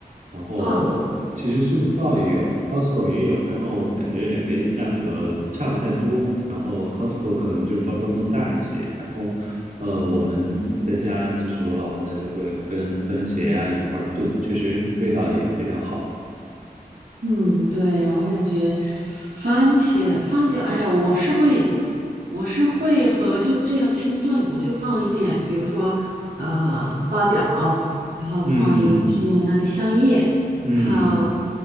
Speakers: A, on the right (about 55°); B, on the right (about 80°).
A: 然后其实
B: 单啊。
A: Superstore 也有，Costco 也有，然后感觉两边的价格差不太多，然后 Costco 可能就是包装更大一些，然后呃我们在家就是我老婆她就会跟番茄啊一块儿炖，确实味道也非常好。
B: 嗯，对，我感觉番茄，番茄，哎呀，我是会，我是会和就这样清炖，我就放一点，比如说啊八角，然后放一片那个香叶，
A: 嗯嗯嗯
B: 然后